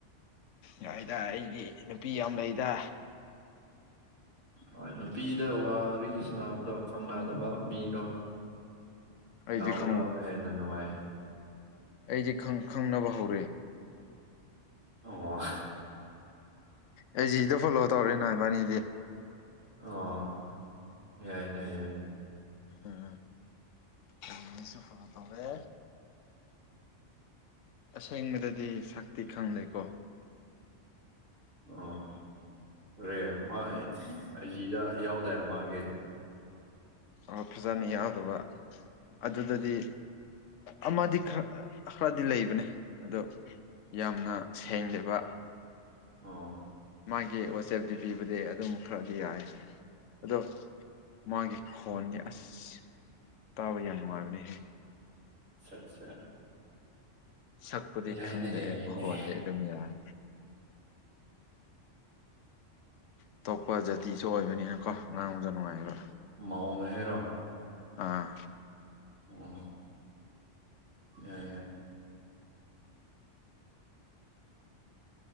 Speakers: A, on the left; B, on the right.
A: ꯌꯥꯏꯗ ꯑꯩꯗꯤ ꯅꯨꯄꯤ ꯌꯥꯝ ꯂꯩꯗ
B: ꯍꯣꯏ ꯅꯨꯄꯤꯗ ꯋꯥꯔꯤ ꯁꯥꯅꯕꯗꯣ ꯈꯪ ꯗꯕ ꯃꯤꯗꯣ
A: ꯑꯩꯗꯤ
B: ꯅꯥꯎꯗꯣ
A: ꯈꯪ
B: <unintelligible> ꯍꯦꯟꯅ ꯅꯨꯡꯉꯥꯏꯌꯦ
A: ꯑꯩꯗꯤ ꯈꯪ ꯈꯪꯅꯕ ꯍꯧꯔꯦ
B: ꯑꯣ
A: ꯑꯩ ꯖꯤꯗ ꯐꯣꯂꯣ ꯇꯧꯔꯦꯅꯥ ꯏꯕꯥꯅꯤꯗꯤ
B: ꯑꫭ ꯌꯥꯏꯅꯦ ꯌꯥꯏꯅꯦ
A: ꯎꯝ ꯑꯥꯏꯖꯤꯁꯨ ꯐꫭꯂꫭ ꯇꯧꯔꯦ ꯑꯁꯦꯡꯕꯗꯗꯤ ꯁꯛꯇꯤ ꯈꯪꯗ‌ꯦꯀꯣ
B: ꯑꯣ ꯔꯦ ꯃꯥꯥꯏ ꯑꯩꯖꯤꯗ ꯌꯥꯎꯗꯥꯏ ꯃꯥꯒꯤ
A: ꯑꯣ ꯐꯖꯅ ꯌꯥꯎꯗꯕ ꯑꯗꯨꯗꯗꯤ ꯑꯃꯗꯤ ꯈꯔꯗꯤ ꯂꯩꯕꯅꯦ ꯑꯗꯣ ꯌꯥꯝꯅ ꯁꯦꯡꯗꯕ
B: ꯑꫭ
A: ꯃꯥꯒꯤ ꯋꯥꯆꯦꯞꯗꯤ ꯄꯤꯕꯨꯗꯤ ꯑꯗꯨꯝ ꯈꯔꯗꯤ ꯌꯥꯏꯌ‌ꯦ ꯑꯗꯣ ꯃꯥꯒꯤ ꯈꯣꯟꯒꯤ ꯑꯁ ꯇꯥꯕ ꯌꯥꯝ ꯅꯨꯡꯉꯥꯏꯕꯅꯦꯍꯦ
B: ꯑꯠꯆꯥ ꯑꯠꯆꯥ
A: ꯁꯛꯄꯨꯗꯤ
B: ꯌꯥꯏꯅꯦ
A: ꯈꯪꯗꯦ
B: ꯌꯥꯏꯅꯦ
A: ꯈꯣꯟꯗꯦ ꯑꯗꯨꯝ ꯌꯥꯏꯦ ꯑꯇꯣꯞꯄ ꯖꯥꯇꯤꯁꯨ ꯑꯣꯏꯕꯅꯤꯅꯀꯣ ꯉꯥꯡꯕꯗꯨ ꯅꯨꯡꯉꯥꯏꯕ
B: ꯃꯥꯎꯅ‌ꯦ ꯍꯥꯏꯔꯣ
A: ꯑꯥ
B: ꯑꯣ ꯌꯥꯏ ꯌꯥꯏ